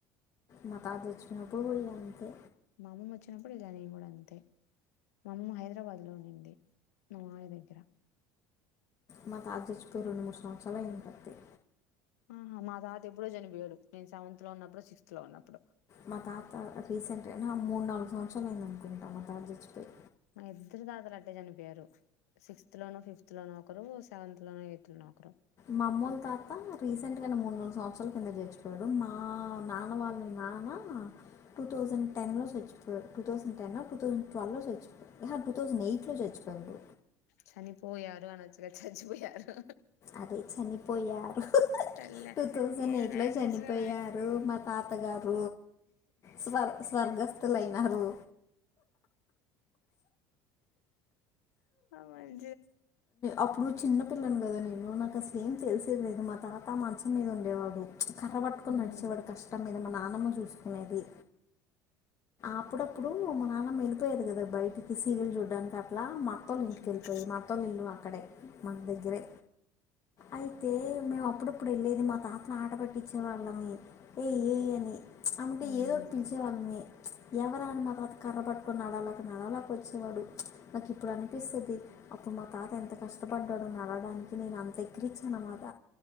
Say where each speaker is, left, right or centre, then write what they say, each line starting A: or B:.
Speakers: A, on the left; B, on the left.
A: మాతాత చచ్చిపోయినప్పుడు పోయా అంతే
B: మా అమ్మమ్మ వచ్చినప్పుడు ఎల్లా నేను కూడా అంతే మా అమ్మమ్మ హైదరాబాద్ లో ఉన్నిం మా మావయ్య దగ్గర
A: మా తాత జచ్చిపోయి రెండు మూడు సంవత్సరాలు అయి చచ్చిపోయి
B: ఆహా మా తాత ఎప్పుడో చనిపోయాడు. నేను సెవెంత లో, ఉన్నప్పుడో సిక్స్త్ లో ఉన్నప్పుడు
A: మా తాత రీసెంట్ గా మూడు నాలుగు సంవత్సరాలు అయింది. అనుకుంటా మా తాత చచ్చిపోయి
B: మా ఇద్దరు తాతలు అట్టే చనిపోయారు. సిక్స్త్ లోను ఫిఫ్త్ లోను ఒకరు సెవెంత్లో లోను ఎయిత్తులోను ఒక్కరు
A: మా అమ్మోలు తాత రీసెంట్ గా మూడు, నాలుగు సంవత్సరాల కిందట చచ్చిపోయాడు. మా అమ్మ వాళ్ళనాన్న టూ థౌసండ్ టెన్ లో చచ్చిపో టూ థౌసండ్ టెన్ ఆ టూ థౌసండ్ ట్వ్ లో ఆహా టూ థౌసండ్ ఎయిట్ లో చచ్చ పోయాడు
B: చనిపోయారు అనొచ్చుగా చచ్చిపోయారు.
A: అదే చనిపోయరు
B: తల్లే
A: టూ థౌసండ్
B: ఏం
A: ఎయిట్
B: లాంగ్వేజ్
A: లో చనిపోయారు
B: రా
A: మా తాతగారు తాత స్వర్ స్వర్గస్తులైనారు
B: అమై
A: అప్పుడు చిన్న పిల్లని కదా నేను నాకు అసలు ఏం తెలిసేది లేదు. మా తాత మంచం మీద ఉండేవాడు. కర్రబట్టుకోని
B: హ్మ్
A: నడిచేవాడు కష్టం మీద మా నానమ్మ చూసుకునేది అప్పుడప్ ఇప్పుడు మా నాన్న వేళ్ళిపోయేది గదా బయటికి సీరియల్ చూడ్డానికి అట్లా మా అత్తోళ్లు ఇంటికి
B: హ్మ్
A: వెళ్ళిపోయి మా అత్తోలు ఇల్లు అక్కడే మా దగ్గరే అయితే మేము అప్పుడప్పుడు వెళ్ళేది మా తాత మాట పట్టించే వాళ్ళము ఏ ఏ అమ్ంటే
B: హ్మ్
A: ఏదో ఒకటి పిలిచేవాళ్ళమే ఎవరా అని మా తాత కర్ర పట్టుకొని నడవలేక నడవలేక వచ్చేవాడు. నాకు ఇప్పుడు అనిపిస్తుంది అప్పుడు మా తాత ఎంత కష్టపడ్డాడో నడవడానికి నేను అంత ఎక్కిరి ఇచ్చాను అనమాట.